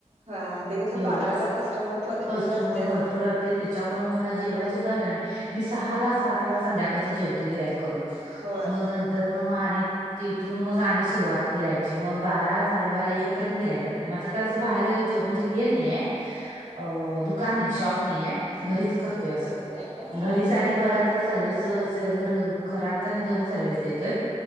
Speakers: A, on the right; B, on the right.
A: हा ते कसं
B: एवढा
A: पार्लरला
B: असतं
A: कस्टमर भरपूर
B: कस्टमर
A: असत्यात
B: भरपूर असहते ते. त्याच्यामुळे मला जेवाय सुद्धा वेळ नाही मी सहा ला सात ला संध्याकाळच जेवतो गिराईक
A: होय
B: मग नं तर मग आणि तिथून मग आणि सुरुवात मग बारा साडेबारा एक पर्यंत गिराईक. ते माझं कस बाहेर जे म्हणजे हे नाहीये.
A: हम्म,
B: अ दुकान नाही शॉप नाही आहे घरीच करतोय असं
A: घरीच आहे काय हा
B: घरीच
A: अच्छा
B: आणि परत. त सर्व्हिस स घ घरात आणी जाऊन सर्व्हिस देतोय.